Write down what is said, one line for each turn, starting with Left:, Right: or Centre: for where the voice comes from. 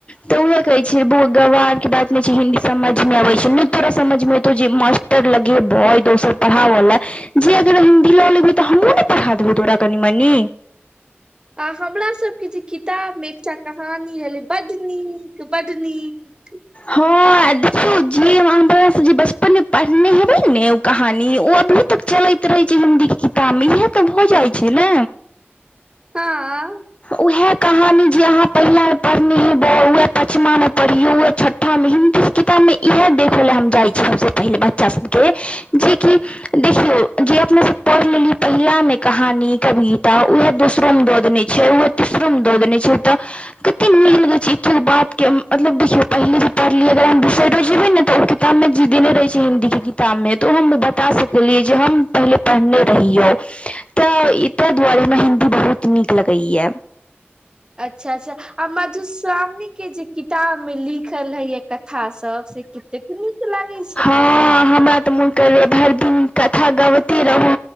Left: तऽ उहै कहय छीयै जे बौआ गवार के बात नै छै हिन्दी समझ मे नै आबय छै नै तोरा समझमे एतौ जे मास् टर लगैबो ई दोसर पढ़ावा लै जे अगर हिन्दी ल लेभी तऽ हम्हुँ नै पढ़ा देबौ तोरा कनि मनि
Right: आ हमरा सबके जे किताब मे एकटा कहानी रहले बड नीक, बड नीक
Left: हां आ देखियौ जे अहाँ हमरा से जे बचपन मे पढ़नय हेबै ने उ कहानी उ अभी तक चलैत रहै छै हिन्दी के किताब मे इहै तऽ भऽ जाए छै नै
Right: हां।
Left: उहै कहानी जे अहाँ पहिला मे पढ़नै हेबय वैह पचमा मे पढ़ियौ, वैह छट हम हिन्दी के किताब मे इहै देखय लै हम चाहय छी सबसे पहिले बच्चा सबके जे कि देखियो जे अपना सब पढ़ लेलीए पहिला मे कहानी, कविता उहै दोसरो में दऽ देनय छै उहो तिसरो मे दऽ देनय छै तऽ कते नीक लगे छै एकै गो बात के उम्म मतलब देखियौ पहिले जे पढ़लियै अगर अहां दुसर दोसरो में पढ़िए किताबमे जे देने रहय छै हिन्दीके किताब मे तऽ ओ हम बता सकलियै जे हम पहिले पढ़नाय रहियौ। तै ई तै दुआरे हमरा हिन्दी बहुत नीक लगय यै।
Right: अच्छा-अच्छा आ मधुश्रामणी के जे किताब मे लिखल रहय यै कथा सब से की कतेक नीक लागय
Left: हां हमरा तऽ मुन करय यै भैर दिन कथा गाएबते रहु,